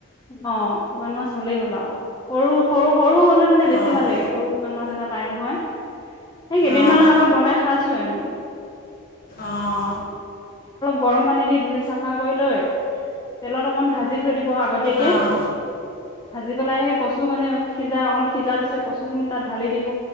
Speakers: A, on the left; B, on the left.
A: অ শুকান মাছ হ'লেই হ'ল আৰু সৰু সৰু সৰু হ মানে বেছি
B: অঁ
A: ভালাগেৰু শুান মা এটা পাই নহয় এ কেইদিন
B: অঁ
A: মানৰ আগত বনাই খাইছো তো আমি
B: অঁ
A: গৰম পানী দি ধুই চাফ কৰি লৈ তেলত অক ভাজি থৈ দিব হোৱা আগতীয়াকে
B: অঁ
A: ভাজি পেলাই সেই কচু মানে সিজা অকন সিজা পিছত কচু খিনি তাত ঢালি দিব